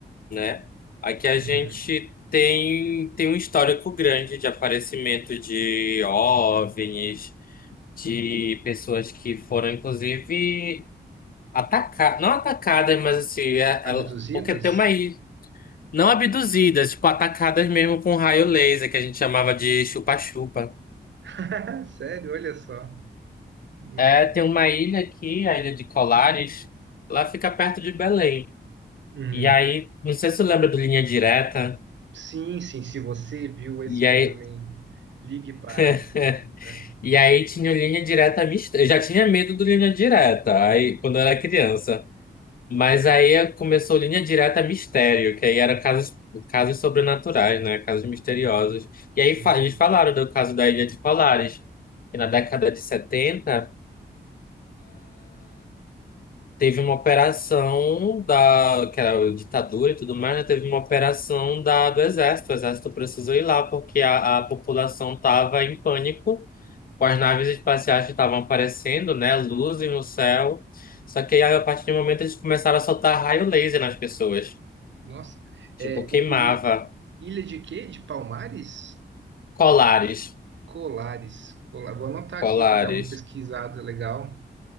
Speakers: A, on the left; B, on the right.
A: né? Aqui a gente
B: Uhum.
A: tem, tem um histórico grande de aparecimento de OVNIs, de pessoas que foram, inclusive, atacadas, não atacadas, mas assim, é- ela-
B: Abduzidos?
A: porque tem uma ilha não abduzidas, tipo, atacadas mesmo com raio laser, que a gente chamava de chupa-chupa.
B: <laughs> Sério, olha só. No-
A: É, tem uma ilha aqui, a Ilha de Colares, lá fica perto de Belém.
B: Uhum.
A: E aí, não sei se você lembra do Linha Direta,
B: Sim, sim, se você viu este
A: e aí
B: homem, ligue para,
A: <laughs>
B: né?
A: E aí tinha o linha direta mista. Eu já tinha medo do linha direta, aí quando eu era criança. Mas aí começou linha direta mistério, que aí era casos, casos sobrenaturais, né? Casos misteriosos. E aí
B: Hum.
A: fa- eles falaram do caso da Ilha de Polaris, que na década de 70 teve uma operação da, que era a ditadura e tudo mais, né? Teve uma operação da, do exército. O exército precisou ir lá porque a, a população estava em pânico com as naves espaciais que estavam aparecendo, né? Luzes no céu. Só que aí, a partir do momento, eles começaram a soltar raio laser nas pessoas.
B: Nossa,
A: Tipo,
B: é,
A: queimava
B: e- ele, ilha de quê? De Palmares?
A: colares.
B: Colares. Cola- Vou anotar
A: Colares.
B: aqui para dar uma pesquisada legal.